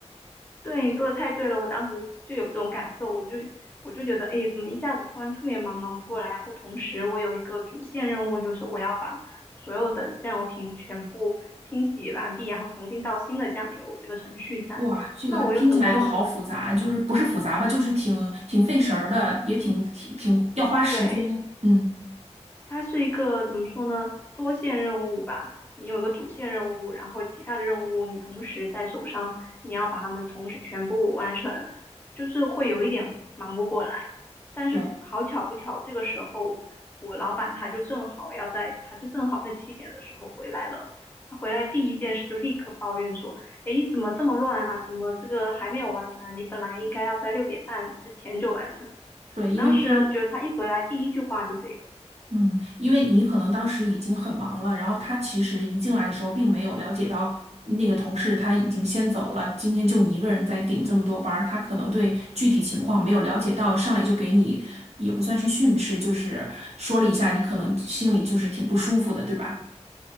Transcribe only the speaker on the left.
对，你说的太对了，我当时就有这种感受，我就我就觉得，哎，怎么一下子突然特别忙，忙不过来。然后同时，我有一个主线任务，就是我要把所有的酱油瓶全部清洗完毕，然后重新倒新的酱油，这个程序在。
那我又怎么，
对，
它是一个怎么说呢？多线任务吧，你有一个主线任务，然后其他的任务你同时在手上，你要把它们同时全部完成，就是会有一点忙不过来。但是好巧不巧，
这个时候我老板他就正好要在，他就正好在七点的时候回来了。他回来第一件事就立刻抱怨说：“诶，怎么这么乱啊？怎么这个还没有完成啊？你本来应该要在六点半之前就完成。”
我当时觉得他一回来第一句话就这个。